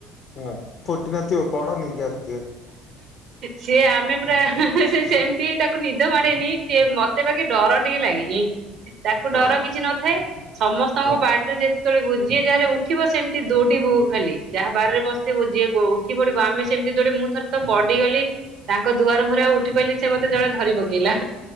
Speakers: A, on the left; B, on the right.
A: ହଁ ଫୁଟି ନଥିବ କଢ ନେଇକି ଆସୁଥିବେ
B: ସେ ଆମେ ପୁରା। ସେମିତି ତାକୁ ନିଦ ସେି ମତେ ବାକି ଡର ଟିକେ ଲାଗେ। ତାକୁ
A: ହଁ
B: ଡର କିଛି ନଥାଏ ସମସ୍ତଙ୍କ
A: ହଁ
B: ବାଡିରୁ ଯେ ୋିବୁ ଯିଏ ଯାହାାରେ ଉଠିବ ସେମିତି ଦୌଡିବୁ ଖାଲି ଯାହା ବାରାରେରେ ବସଥିବୁ ଯିଏ ଉଠି ପଡିବୁ ଆମେ ସେମିତି ଦୌଡିବୁ ମୁଁ ଥରେ ତ ପଡିଗଲି ତାଙ୍କ ଦୁଆର ମୁରେ ଆଉ ଉଠି ପାରିଲି ନାହିଁ ସେ ମତେ ଜଣେ ଧରି ପକେଇଲା।